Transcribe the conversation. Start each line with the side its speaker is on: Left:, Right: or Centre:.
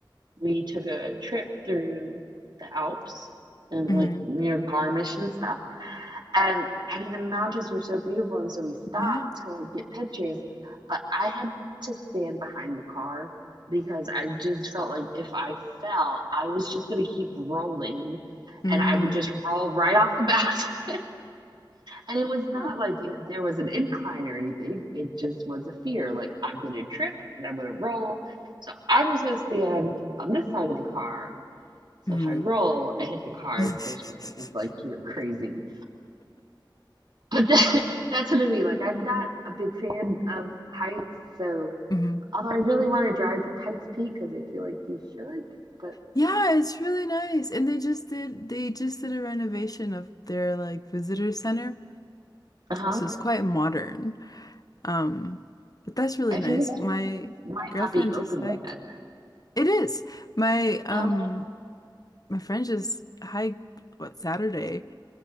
Right: we took a trip through the Alps and
Left: hmm
Right: like near Garmisch and stuff. And I mean, the mountains were so beautiful, and so we stopped
Left: Yeah.
Right: to like get pictures. But I had to stand behind the car because I just felt like if I fell, I was just gonna keep rolling,
Left: Mm.
Right: and I would just roll right off the bat. <laughs> And it was not
Left: Huh.
Right: like it, there was an incline or anything. It just was a fear, like I'm gonna trip and I'm gonna roll. So I'm just gonna stand on this side of the car so
Left: Mm.
Right: if I roll, I Mm. hit the card.
Left: <laughs>
Right: Of course, my husband's like, "You are crazy," but that, <laughs> that's what I mean. Like, I'm not a big fan of heights, so
Left: hmm
Right: although I really want to drive to Pikes Peak because I feel like you should, but
Left: Yeah, it's really nice. And they just did they just did a renovation of their like visitor center.
Right: uh huh,
Left: So it's quite modern. Um, but that's really
Right: I
Left: nice.
Right: figured it
Left: My
Right: might
Left: girlfriend
Right: not be open
Left: just hiked.
Right: yet.
Left: It is. My um
Right: Oh
Left: my friend just hiked what Saturday